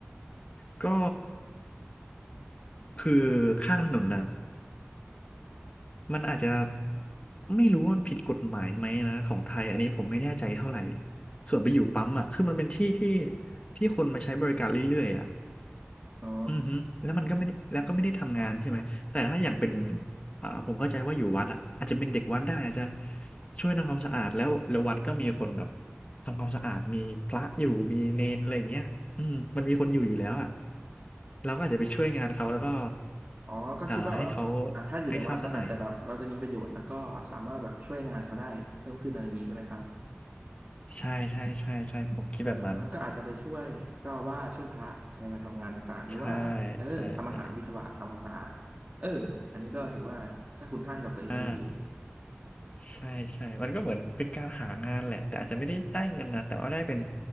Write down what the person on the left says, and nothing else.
ก็คือข้างถนนนะ มันอาจจะไม่รู้ว่ามันผิดกฎหมายไหมนะของไทยอันนี้ผมไม่แน่ใจเท่าไหร่ส่วนไปอยู่ปั๊มอ่ะคือมันเป็นที่ที่ที่คนมาใช้บริการเรื่อยๆอ่ะ
อือฮึแล้วมันก็ไม่ได้แล้วก็ไม่ได้ทำงานใช่ไหมแต่ถ้าอย่างเป็นอ่าผมเข้าใจว่าอยู่วัดอ่ะอาจจะเป็นเด็กวัดได้อาจจะช่วยทำความสะอาดแล้วแล้ววัดก็มีคนแบบทำความสะอาดมีพระอยู่มีเนนอะไรอย่างเงี้ยอืมมันมีคนอยู่อยู่แล้วอ่ะเราก็อาจจะไปช่วยงานเขาแล้วก็
อ่าให้เขาให้ข้าวซะหน่อย ใช่ใช่ใช่ใช่ผมคิดแบบนั้น
ใช่ใช่ใช่
อ่าใช่ใช่มันก็เหมือนเป็นการหางานแหละแต่อาจจะไม่ได้ได้เงินนะแต่ว่าได้เป็น